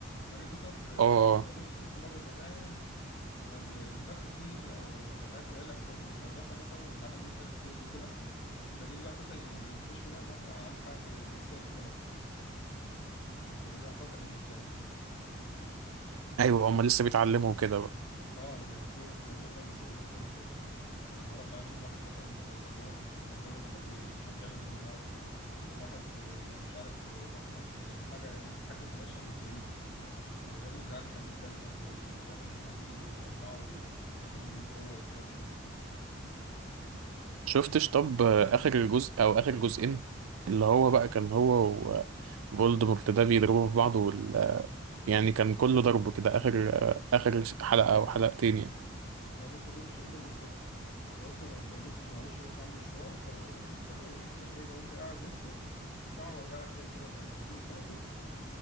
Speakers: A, on the left; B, on the right.
A: هاري بوتر
B: أه آه.
A: آه، هو بص شفته مره زمان فاللي فاكره فيه او حاجات قليله لما كان بيبقوا في المدرسه مثلا وبيتعلموا لسه السكيلز وكده وكان يجي واحد مثلا يكتشفوا بقى ان هو عنده حاجه خاصيه جديده مثلا كانت بتبقى مفاجاه بالنسبه لي
B: أيوه هما لسه بيتعلموا كده
A: اه لما بيكونوا في مدرسه ولسه بينموا ال- المهاره بتاعتهم واحد مثلا كان قال لهم كان جالهم مثلا بي- مش عارف بيعمل ايه بالنار واحد آه، كان مش عارف آه، برضه كان آه، حاجة بيتحكم في الأشياء من بعيد والراجل بتاع الحديد ده اللي كان بي بيعمل الحديد ويجمعه وي- وياخد منه القوة والحاجات دي كلها
B: شفتش طب آه، اخر جزء او اخر جزئين اللي هو بقى كان هو وفولدمورت ده بيضربوا في بعض وال... يعني كان كله ضرب كده اخر آه، اخر حلقة او حلقتين يعني
A: لا بص دول مش فاكرهم بالظبط وأصلا أنا ده بص معلش بس عندي مشوار فهقوم أشوفه كده وممكن إيه لو أنت قاعد لسه ساعة وأرجع لك تاني كده ولا حاجة أنت تكون لسه موجود